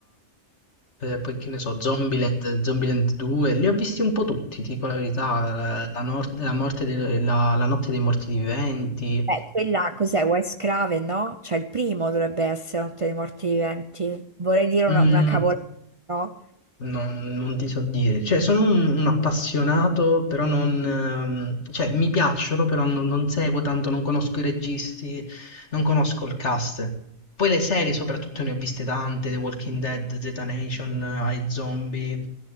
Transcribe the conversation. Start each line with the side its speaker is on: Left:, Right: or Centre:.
Left: eh, poi che ne so, Zombieland, Zombieland 2, li ho visti un po' tutti, ti dico la verità, eh, la, nor- la morte de- la, la notte dei morti viventi,
Right: Eh, quella cos'è? Wes Craven, no? Cioè il primo dovrebbe essere Notte dei Morti Viventi. Vorrei dire
Left: Mm,
Right: una, una cavolata, no?
Left: No, non ti so dire, cioè sono un, un appassionato, però non, ehm, cioè mi piacciono, però non, non seguo tanto, non conosco i registi, non conosco il cast. Poi le serie soprattutto ne ho viste tante, The Walking Dead, Zeta Nation, eh, I Zombie,